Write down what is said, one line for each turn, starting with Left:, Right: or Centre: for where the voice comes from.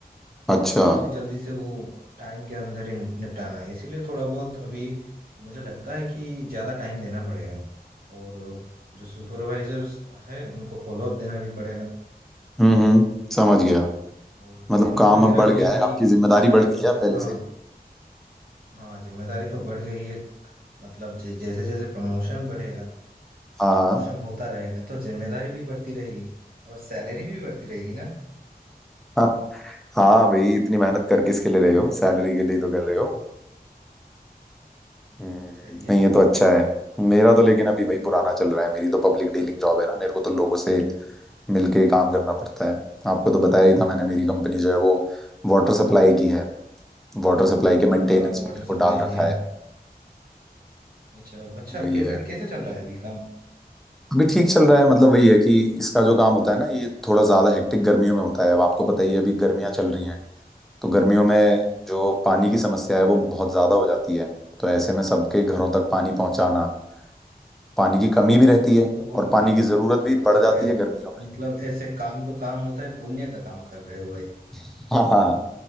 Centre: अच्छा
Right: तो जल्दी जल्दी से वो टाइम के अंदर ही निपटाना है इसीलिए थोड़ा बहुत अभी मुझे लगता है कि ज़्यादा टाइम देना पड़ेगा और जो सुपरवाइजर्स है उनको फॉलोअप देना भी पड़ेगा
Centre: हम्म हम्म समझ गया
Right: और
Centre: मतलब
Right: ट्रेनिंग
Centre: काम
Right: वगैरह
Centre: अब बढ़ गया
Right: भी अभी
Centre: है आपकी जिम्मेदारी
Right: शायद
Centre: बढ़ गई
Right: मुझे
Centre: है पहले
Right: हाँ
Centre: से
Right: हाँ जिम्मेदारी तो बढ़ गई है मतलब जैसे जैसे प्रमोशन बढ़ेगा
Centre: हाँ
Right: प्रमोशन
Centre: हाँ
Right: होता रहेगा तो जिम्मेदारी भी बढ़ती रहेगी और सैलरी भी बढ़ती रहेगी ना
Centre: हाँ हाँ भाई इतनी मेहनत कर किसके लिए रहे हो सैलरी के लिए ही तो कर रहे हो
Right: हाँ, बात
Centre: हम्म,
Right: तो सही है
Centre: नहीं ये तो अच्छा है मेरा तो लेकिन अभी वही पुराना चल रहा है मेरी तो पब्लिक डीलिंग जॉब है ना मेरे को तो लोगों से मिलके काम करना पड़ता है आपको तो बताया ही था मैंने मेरी कंपनी जो है वो वाटर सप्लाई की है वाटर सप्लाई के
Right: हाँ
Centre: मेंटेनेंस
Right: हाँ वाटर
Centre: में मेरे को
Right: सप्लाई
Centre: डाल रखा
Right: की हाँ
Centre: है
Right: अच्छा अच्छा
Centre: वही
Right: कैसे
Centre: है
Right: कैसे चल रहा है अभी काम
Centre: अभी ठीक चल रहा है मतलब वही है कि इसका जो काम होता है ना ये थोड़ा ज्यादा हेक्टिक गर्मियों में होता है अब आपको पता ही है अभी गर्मियां चल रही हैं तो गर्मियों में जो पानी की समस्या है वो बहुत ज़्यादा हो जाती है तो ऐसे में सबके घरों तक पानी पहुंचाना पानी की कमी भी रहती है
Right: ये तो बहुत
Centre: और पानी
Right: मतलब
Centre: की ज़रूरत भी
Right: मतलब
Centre: बढ़ जाती
Right: ए,
Centre: है गर्मियों में
Right: मतलब ऐसे काम तो काम होता है पुण्य का काम कर रहे हो भाई
Centre: <laughs> हाँ हाँ